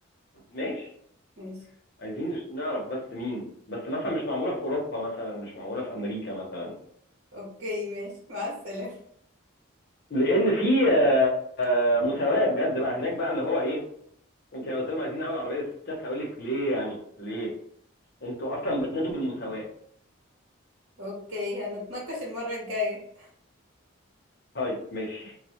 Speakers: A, on the left (about 50°); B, on the right (about 70°).
A: ماشي
B: ماشي
A: عايزين نعرف بس مين بس مثلا مش معموله في اوروبا مثلا مش معموله في امريكا مثلا
B: اوكي ماشي مع السلامه
A: لان في آه، آه، مساواه بجد بقى هناك بقى اللي هو ايه انت لو قلت لهم عايزين نعمل عربيه ستات هيقول لك ليه يعني ليه انتوا اصلا بتنادوا بالمساواه
B: اوكي هنتناقش المره الجايه
A: طيب ماشي